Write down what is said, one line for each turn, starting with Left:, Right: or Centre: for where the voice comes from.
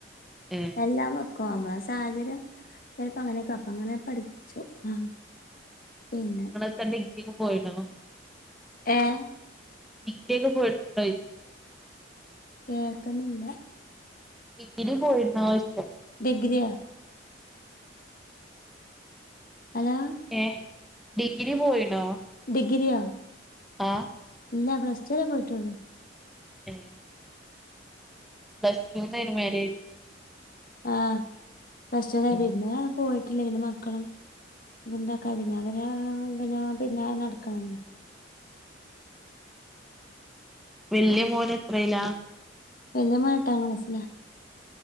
Centre: ഏഹ്
Left: എല്ലാം വെ ക്കും നമ്മള സാഹചര്യം ചിലപ്പോ അങ്ങനെയൊക്കെ അപ്പം അങ്ങനെ പഠിച്ചു ആ പിന്നെ
Centre: നിങ്ങളെടുത്ത ഡിഗ്രി ഒക്കെ പോയടോ
Left: ഏഹ്
Centre: ഡിഗ്രിയൊക്കെ പോയിട്ടുണ്ടോ ചോയിച്ചേ
Left: കേ ൾക്കുന്നില്ല
Centre: ഡിഗ്രി പോയണ്ടോ ചോദിച്ചേ
Left: ഡിഗ്രിയാ ഹലോ
Centre: ഏ ഡിഗ്രി പോയിണോ
Left: ഡിഗ്രിയാ
Centre: ആ
Left: ഇല്ല പ്ലസ്ടു വരേ പോയിട്ടൊള്ളു
Centre: ഏ പ്ലസ്ടുനായിരുന്നു മാരേ
Left: ആ പ്ലസ്ടു കഴിഞ്ഞു
Centre: ഏഹ്
Left: പിന്നെ പോയി ക്കില്ല പിന്നെ മക്കളും പിന്നെന്താക്കാ പിന്നെ അവര് പിന്നെ പിന്നെ നടക്കണല്ലാ
Centre: വല്യ മോൻ എത്രലാ
Left: വല്യ മോൻ എട്ടാം ക്ലാസിലാ